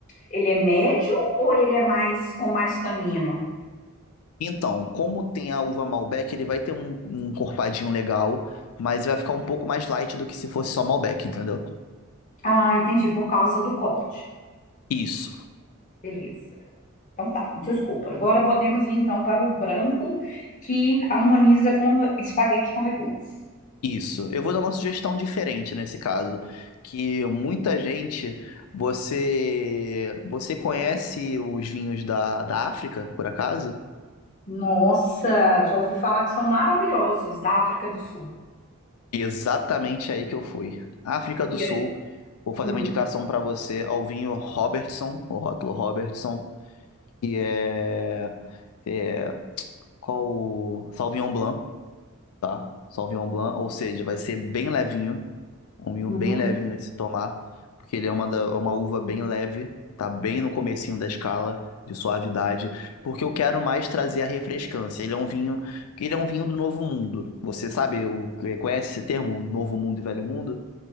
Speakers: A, on the left; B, on the left.
A: ele é médio ou ele é mais com mais tanino?
B: Então, como tem a uva Malbec, ele vai ter um, um encorpadinho legal, mas vai ficar um pouco mais light do que se fosse só Malbec, entendeu?
A: Ah, entendi, por causa do corte.
B: Isso,
A: Beleza. Então tá, desculpa. Agora podemos ir então para o branco que harmoniza com le- espaguete com legumes.
B: isso. Eu vou dar uma sugestão diferente nesse caso, que muita gente, você, você conhece os vinhos da, da África, por acaso?
A: Nossa, já ouvi falar que são maravilhosos da África do Sul.
B: Exatamente aí que eu fui. África do
A: E
B: Sul,
A: aí?
B: vou fazer
A: Hum,
B: uma indicação para você ao vinho Robertson, o rótulo Robertson, que é é qual o Sauvignon Blanc, tá? Sauvignon Blanc, ou seja, vai ser bem levinho, um vinho
A: uhum.
B: bem levinho de se tomar, porque ele é uma, da- uma uva bem leve, tá bem no comecinho da escala de suavidade, porque eu quero mais trazer a refrescância. Ele é um vinho, que ele é um vinho do Novo Mundo. Você sabe, o- conhece esse termo, Novo Mundo e Velho Mundo?